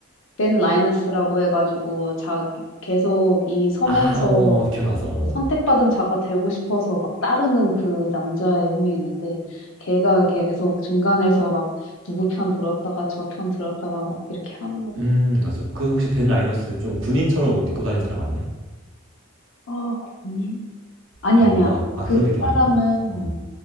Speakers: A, on the left; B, on the right.
A: 벤 라이너스라고 해가지고 자기 계속 이 섬에서
B: 아, 어, 어, 기억나서 어.
A: 어, 선택받은 자가 되고 싶어서 막 따르는 그 남자의 연민이 있는데 걔가 계속 중간에서 막 누구 편 들었다가 저 편 들었다가 막 이렇게 하는 거.
B: 음, 맞아. 그 혹시 벤 라이너스 좀 군인처럼 옷 입고 다니는 사람 아니야?
A: 아, 고민? 아니
B: 좀
A: 아니야.
B: 뭔가 아,
A: 그
B: 그런 느낌
A: 사람은
B: 아닌가? 어.